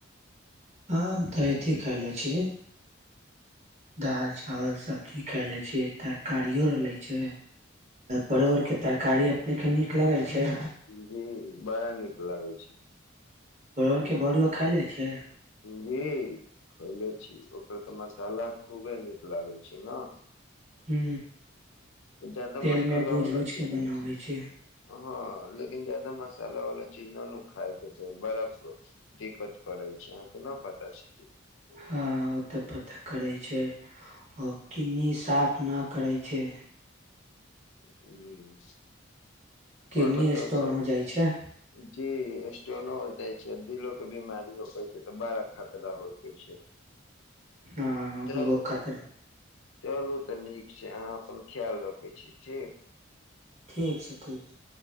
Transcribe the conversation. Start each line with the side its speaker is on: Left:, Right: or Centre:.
Right: ह तऽ अथि खाय ले छियै दालि चावल सबजी खाय ले छियै तरकारिओर लै छै। परोड़ के तरकारी देख के नीक लगे छै।
Left: जी बारा निकला होै छै।
Right: परोरके भरुआ खा लै छै।
Left: जी खैले छी। त तऽ मसाला खुबे न लागै छै ने।
Right: हू।
Left: तऽ जादा मसाला
Right: तेलमे भूज
Left: वाला
Right: भूज
Left: चीज
Right: क बनाबैत छी।
Left: हँ लेकिन जादा मसाला वाला चीज न ने खााय के चाही बड़ा दिक्कत करे कोनो पताा छै कि।
Right: हँ ओ तऽ पता करै छै आओ कन्नी साफ नहि करै छै।
Left: जी
Right: किडनी
Left: आओर बताउ
Right: स्टोन
Left: सब
Right: हो जाय छै
Left: जे एटोनो होत से दी लोको के बीमारी हो पै छै त बारा खातरा होइ कोइ छै
Right: हँ
Left: चलू
Right: उहो खतरा
Left: चलू त नीक छै से अहाँ अपन ख्याल रखै छी ठीक।
Right: ठीक छै ठीक छै।